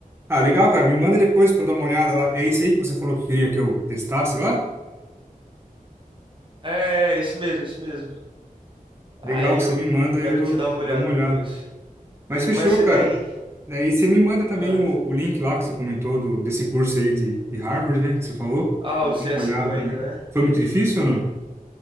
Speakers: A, on the right; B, on the right.
A: Ah, legal, cara. Me manda depois para eu dar uma olhada lá. É esse aí que você falou que queria que eu testasse lá?
B: É, é, é, esse mesmo, esse mesmo.
A: Legal,
B: Aí eu
A: você me manda
B: que-
A: aí
B: quero
A: eu dou,
B: que você dá uma
A: dou
B: olhada
A: uma
B: depois.
A: olhada.
B: Beleza,
A: Mas fechou,
B: mas você
A: cara.
B: tem.
A: Daí você me manda também
B: Ah,
A: o, o link lá que você comentou do, desse curso aí de, de Harvard, né? Que você falou.
B: ah,
A: Eu
B: o
A: dou
B: CS50,
A: uma olhada também. Foi muito difícil ou não?